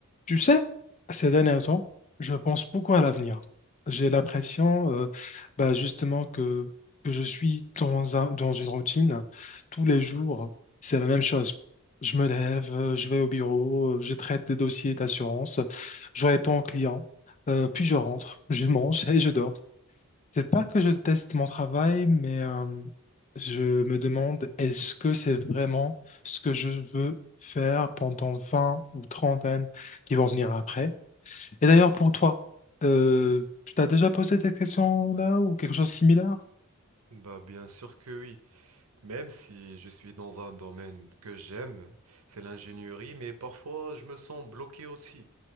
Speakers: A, on the left (about 30°); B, on the right (about 80°).
A: Tu sais, ces derniers temps, je pense beaucoup à l'avenir. J'ai l'impression, euh, bah, justement, que, que je suis dans un, dans une routine. Tous les jours, c'est la même chose. Je me lève, euh, je vais au bureau, euh, je traite des dossiers d'assurance, je réponds aux clients, euh, puis je rentre, je mange et je dors. C'est pas que je déteste mon travail, mais euh, je me demande est-ce que c'est vraiment ce que je veux faire pendant 20 ou 30 années qui vont venir après? Et d'ailleurs, pour toi, euh, tu t'as déjà posé cette question-là ou quelque chose de similaire?
B: Bah bien sûr que oui, même si je suis dans un domaine que j'aime, c'est l'ingénierie, mais parfois je me sens bloqué aussi.